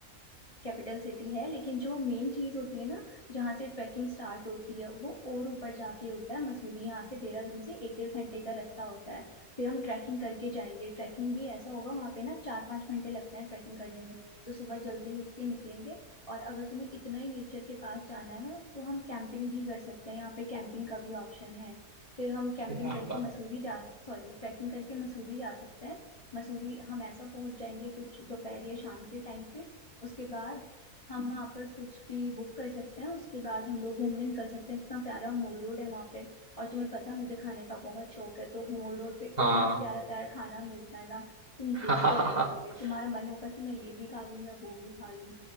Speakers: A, on the left; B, on the right.
A: कैपिटल सिटी है लेकिन जो मेन चीज होती है ना जहाँ से ट्रैकिंग स्टार्ट होती है वो और ऊपर जाके होता है मसूरी यहाँ से देहरादून से एक डेढ़ घंटे का रास्ता होता है फिर हम ट्रैकिंग करके जाएंगे ट्रैकिंग भी ऐसा होगा वहाँ पे ना चार पाँच घंटे लगते हैं ट्रैकिंग करने में तो सुबह जल्दी उठ के निकलेंगे और अगर तुम्हें इतना ही नेचर के पास जाना है ना तो हम कैंपिंग भी कर सकते हैं यहाँ पे कैंपिंग का भी ऑप्शन है फिर हम कैंपिंग
B: क्या
A: करके
B: बात
A: मसूरी जा सॉरी ट्रैकिंग करके मसूरी जा सकते हैं मसूरी हम ऐसा पहुंच जाएंगे कुछ दोपहर या शाम के टाइम पे उसके बाद हम वहाँ पर कुछ भी बुक कर सकते हैं उसके बाद हम लोग घूमने निकल सकते हैं इतना प्यारा मॉल रोड है वहाँ पे और तुम्हें पता है मुझे खाने का बहुत शौक है तो मॉल रोड पे इतना
B: हाँ
A: प्यारा प्यारा खाना मिलता है ना तुम
B: <laughs>
A: देखते रह जाओगे तुम्हारा मन होगा कि मैं ये भी खा लूँ मैं वो भी खा लूँ